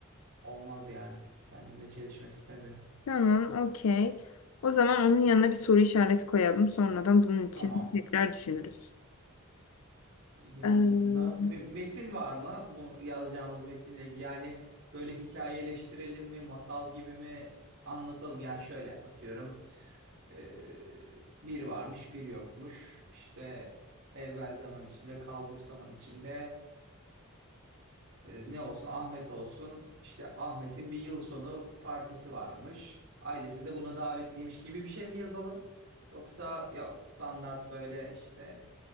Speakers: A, on the right; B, on the left.
A: Olmaz yani. Kendimle çelişmek istemiyorum.
B: Tamam, okey. O zaman onun yanına bir soru işareti koyalım. Sonradan bunun için
A: Tamam.
B: tekrar düşünürüz.
A: Yanında
B: Ee,
A: Me- metin var mı? Bu yazacağımız metinle yani böyle hikayeleştirelim mi, masal gibi mi anlatalım? Yani şöyle atıyorum. Ee, bir varmış, bir yokmuş. İşte evvel zaman içinde, kalbur zaman içinde. E, ne olsun Ahmet olsun işte Ahmet'in bir yıl sonu partisi varmış. Ailesi de buna davetliymiş gibi bir şey mi yazalım? Yoksa yok standart böyle işte